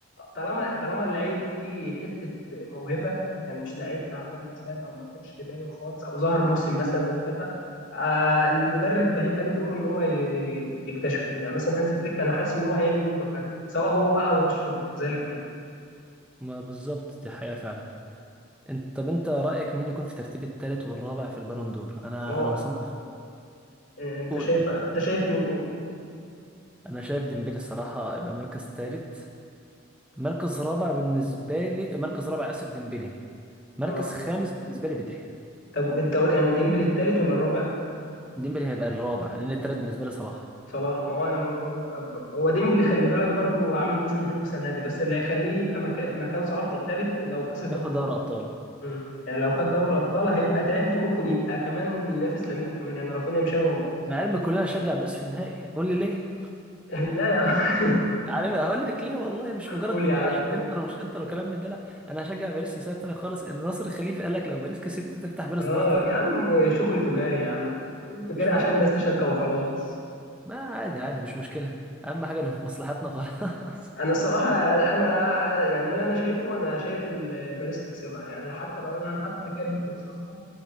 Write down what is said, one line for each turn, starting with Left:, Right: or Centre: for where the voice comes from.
Left: طالما طالما اللعيب فيه حته موهبه يعني مش لعيب تعبان مثلا او ما كانش باين خالص او ظهر موسم مثلا واختفى آه المدرب هيبقى ليه دور ان هو ي- يكتشفه يعني مثلا هانز فليك انا حاسس ان هو هيعمل منه حاجه سواء هو بقى او راشفورد كذلك كمان.
Centre: ما بالظبط دي حقيقه فعلا انت طب انت رايك مين يكون في ترتيب الثالث والرابع في البالون دور انا
Left: ما هو
Centre: انا مصنف
Left: آه، انت
Centre: قول
Left: شايف
Centre: قول.
Left: انت شايف مين قول قول
Centre: انا شايف ديمبلي الصراحه يبقى مركز ثالث مركز رابع بالنسبه لي مركز رابع اسف ديمبلي مركز
Left: اه
Centre: خامس بالنسبه لي بدري
Left: طب انت يعني ديمبلي التالت ولا الرابع؟
Centre: ديمبلي هيبقى الرابع لان الثالث بالنسبه لي صلاح
Left: صلاح ما هو انا موافقك برضه هو ديمبلي خلي بالك برضه عامل موسم حلو السنه دي بس اللي هيخليه يبقى مك... في مكان صلاح في التالت لو كسب دوري
Centre: ياخد دوري
Left: الابطال
Centre: ابطال
Left: مم. يعني لو خد دوري الابطال هيبقى تالت وممكن يبقى كمان ينافس لامين كمان يعني رافينيا مش هيبقى موجود اصلا
Centre: انا علمي كلنا نشجع باريس في النهائي قول لي ليه
Left: <laughs> لا يا عم <laughs>
Centre: عارف هقول لك ليه والله مش مجرد
Left: قول
Centre: ان
Left: يا عم
Centre: عشان
Left: قول
Centre: انتر ومش انتر وكلام من ده لا انا هشجع باريس لسبب تاني خالص ان ناصر الخليفي قال لك لو باريس كسبت هتفتح بين
Left: اه
Centre: سبورت
Left: يا عم شغل تجاري يا عم شغل تجاري
Centre: مش
Left: عشان
Centre: مهم
Left: الناس
Centre: عادي
Left: تشجع وخلاص
Centre: ما عادي عادي مش مشكله اهم حاجه اللي في مصلحتنا خلاص
Left: انا الصراحه انا يعني اللي انا شايفه انا شايف ال- الباريس تكسبها يعني حتى لو انا حتى انا كاره الباريس اصلا